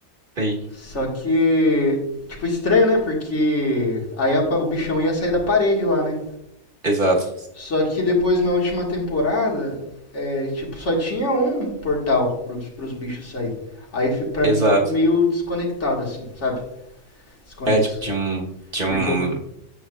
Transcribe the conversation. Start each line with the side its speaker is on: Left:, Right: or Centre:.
Right: <laughs> Sim,
Left: Só que, tipo, estranho, né? Porque aí a pa- o bichão ia sair da parede lá, né?
Right: exato,
Left: Só que depois, na última temporada, é, tipo, só tinha um portal pros, pros bichos sair. Aí, fi- pra
Right: exato.
Left: mim, ficou meio desconectado, assim, sabe? Desconexo.
Right: É, tipo, tinha um, tinha
Left: Porque
Right: um
Left: o...